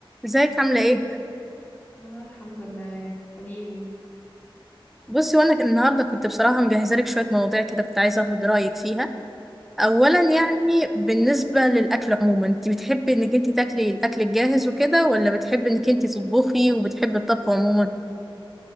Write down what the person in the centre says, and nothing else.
ازيك عاملة ايه؟
بصي وانا النهاردة كنت بصراحة مجهزة لك شوية مواضيع كده كنت عايزة اخد رأيك فيها اولا يعني بالنسبة للأكل عموما انت بتحبي انك انت تاكلي الأكل الجاهز وكده ولا بتحبي انك انت تطبخي وبتحبي الطبخ عموما؟